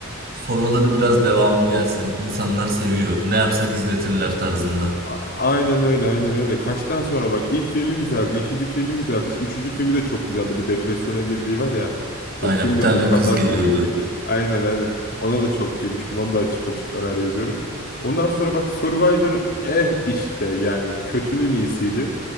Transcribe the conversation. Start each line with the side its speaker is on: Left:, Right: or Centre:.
Right: Sonraları biraz devamı gelsin. İnsanlar seviyor. Ne yapsak izletirler tarzında.
Left: A- Aynen öyle, aynen öyle. Kaçtan sonra bak ilk filmi güzeldi, ikinci filmi güzeldi, işte üçüncü filmi de çok güzeldi. Bu depresyona girdiği var ya. O
Right: Aynen
Left: film
Right: bir
Left: de
Right: tane
Left: o kadar
Right: kız geliyordu.
Left: komikti ki. Aynen aynen. Ona da çok gülmüştüm. Onu da açıp açıp ara ara izliyorum. Ondan sonra bak Survivor eh işte yani kötünün iyisiydi.